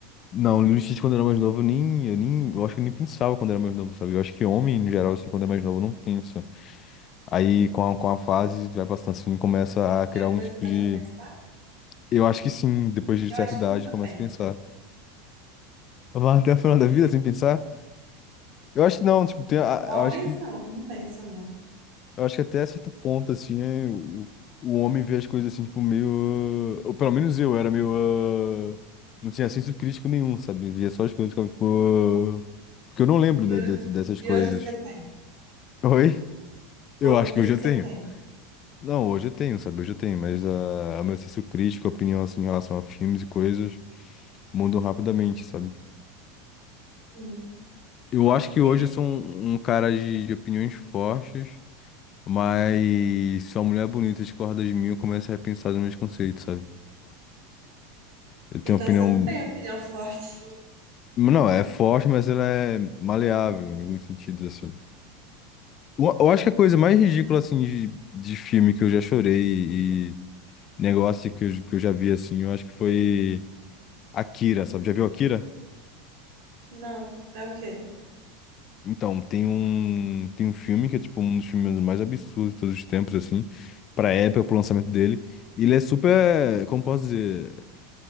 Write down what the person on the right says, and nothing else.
E
depois
começo
a pensar,
eu
acho
que nunca
penso.
Homens
não, não pensam não.
E
hoje,
e
hoje você tem.
Hoje
que
você
tem.
Hum.
E que-
então
você não tem opinião forte.
Não. É o quê?